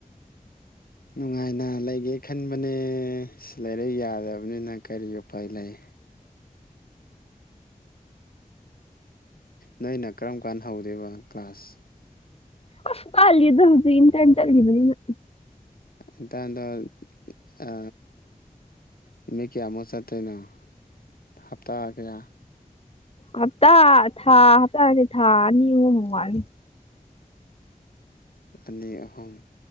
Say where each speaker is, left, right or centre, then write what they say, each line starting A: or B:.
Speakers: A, on the left; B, on the left.
A: ꯅꯨꯡꯉꯥꯏꯅ ꯂꯩꯒꯦ ꯈꯟꯕꯅꯦ ꯑꯁ ꯂꯥꯏꯔꯤꯛ ꯌꯥꯗꯕꯅꯤꯅ ꯀꯔꯤ ꯎꯄꯥꯏ ꯂꯩ ꯅꯣꯏꯅ ꯀꯔꯝ ꯀꯥꯟ ꯍꯧꯗꯧꯕ ꯀ꯭ꯂꯥꯁ
B: ꯑꯁ ꯋꯥꯠꯂꯤꯗ ꯍꯧꯖꯤꯛ ꯏꯟꯇ꯭ꯔꯟ ꯆꯠꯂꯤꯕꯅꯤꯅ
A: ꯏꯟꯇ꯭ꯔꯟꯗꯣ ꯑ ꯅꯨꯃꯤꯠ ꯀꯌꯥ ꯃꯨꯛ ꯆꯠꯇꯨꯏꯅꯣ ꯍꯞꯇꯥ ꯀꯌꯥ
B: ꯍꯞꯇꯥ ꯊꯥ ꯍꯞꯇꯥ ꯅꯠꯇꯦ ꯊꯥ ꯑꯅꯤ ꯑꯍꯨꯝꯃꯨꯛ ꯋꯥꯠꯂꯤ
A: ꯑꯅꯤ ꯑꯍꯨꯝ